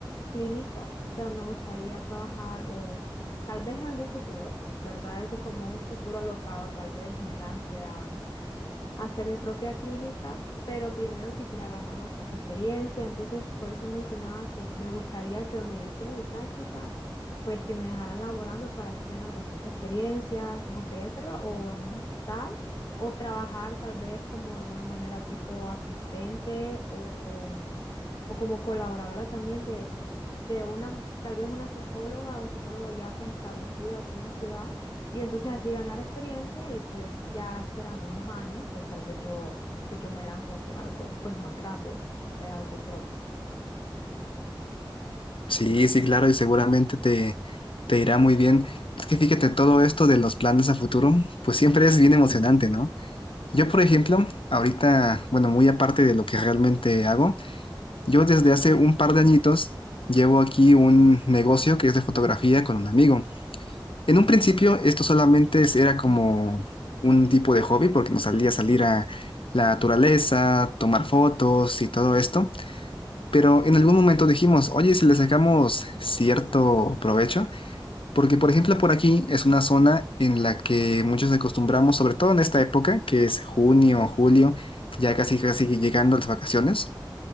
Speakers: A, on the left (about 50°); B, on the left (about 85°).
A: clínica, o sea, me gustaría trabajar o tal vez en algún futuro, ¿verdad? Eso es como un futuro alocado, tal vez me lance a hacer mi propia clínica, pero primero quisiera ganar bastante experiencia, entonces por eso mencionaba que me gustaría que donde yo hiciera mi práctica, pues que me dejaran laborando para así ganar bastante experiencia, me gustaría hacerlo o en un hospital o trabajar tal vez como de alguna manera tipo asistente o, o como colaboradora también de de una, tal vez una psicóloga o psicólogo ya pues establecido aquí en la ciudad y entonces así ganar experiencia y pues ya esperando unos años, pues tal vez yo, pues yo me lance a hacer algo pues más grande, eh, algo propio.
B: Sí, sí, claro, y seguramente te, te irá muy bien. Es que fíjate, todo esto de los planes a futuro, pues siempre es bien emocionante, ¿no? Yo, por ejemplo, ahorita, bueno, muy aparte de lo que realmente hago, yo desde hace un par de añitos llevo aquí un negocio que es de fotografía con un amigo. En un principio esto solamente es- era como un tipo de hobby porque nos salía a salir a la naturaleza, tomar fotos y todo esto. Pero en algún momento dijimos, oye, si le sacamos cierto provecho, porque por ejemplo por aquí es una zona en la que muchos acostumbramos, sobre todo en esta época, que es junio, julio, ya casi casi llegando las vacaciones,